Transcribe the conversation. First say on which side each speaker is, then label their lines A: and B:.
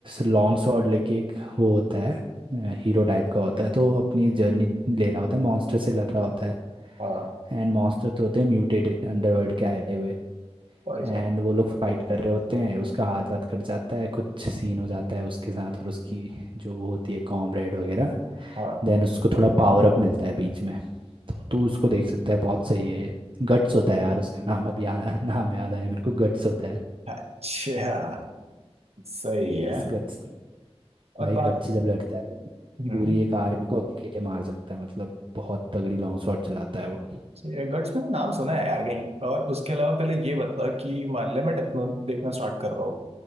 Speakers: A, on the right; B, on the right.
A: लॉन्ग शॉट लेके एक वो होता है हीरो टाइप का होता है तो अपनी जर्नी ले रहा होता है मॉन्स्टर से लड़ रहा होता है
B: हाँ
A: एंड मॉन्स्टर तो होते हैं म्यूटेटेड अंडरवर्ल्ड के आए हुए
B: भाई
A: एंड
B: साहब
A: वो लोग फाइट कर रहे होते हैं उसका हाथ वाथ कट जाता है कुछ सीन हो जाता है उसके साथ और उसकी जो वो होती है कॉमरेड वगैरह
B: हाँ
A: देन उसको थोड़ा पावर अप मिलता है बीच में तो तू उसको देख सकता है बहुत सही है ये गट्स होता है यार उसका नाम अब यहाँ <laughs> नाम याद आया मेरे को गट्स होता है
B: अच्छा सही
A: Yes
B: है
A: guts
B: और
A: भाई
B: बात
A: गट्स जब लड़ता है वो
B: हम्म
A: पूरी एक आर्मी को अकेले मार सकता है मतलब बहुत तगड़ी लॉन्ग शॉट चलाता है वो
B: सही है गट्स मैंने नाम सुना है यार कहीं और उसके अलावा पहले ये बता कि मान ले मैं डेथ नोट देखना स्टार्ट कर रहा हूँ